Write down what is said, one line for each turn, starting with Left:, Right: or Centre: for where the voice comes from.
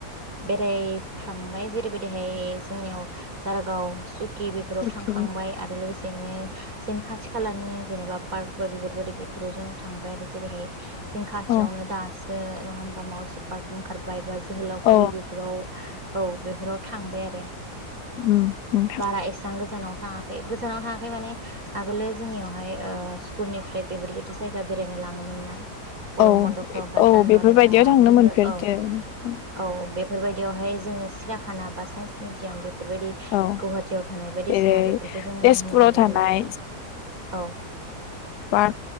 Right: बेरायफ्रामबाय जेरैबायदिहाय जोंनियाव दारागाव, सु खि बेफोराव
Left: अके।
Right: थांखांबाय आरो लोगोसेयैनो जोंनि खाथि खालानि जेनेबा पार्क बा बेफोरबायदि बेफोराव जों थांबाय आरो जेरैहाय जों खाथियावनो
Left: औ
Right: दासो नङा होमबा माउसि पार्क ओंखारबाय बा जोहोलावफुरि
Left: औ
Right: बेफोराव औ बेफोराव थांबाय आरो
Left: उम नोंथां
Right: बारा एसेबां गोजानाव थाङा खै गोजानावनो थाङाखै माने आगोलो जोंनियावहाय ओ स्कुलनिफ्राय बेफोरबायदि जायगा बेरायनो लाङोमोन ना? गरम
Left: औ
Right: बन्द'फ्राव बा
Left: औ
Right: जानुवारि
Left: बेफोरबायदियाव
Right: बा
Left: थांनो
Right: फेब्रु
Left: मोनफेरदो
Right: औ
Left: नोंथां।
Right: औ बे फोरबायदियावहाय जोङो सिरियाखाना बा साइन्स मिउजियाम बे बेफोरबायदि
Left: औ
Right: गुवाहाटियाव थानाय बायदिसिना
Left: जेरै
Right: बेफोरखौ जोङो
Left: तेजपुराव
Right: नायहोनो मोनदोंमोन
Left: थानाय
Right: आरो ओं औ।
Left: पाथ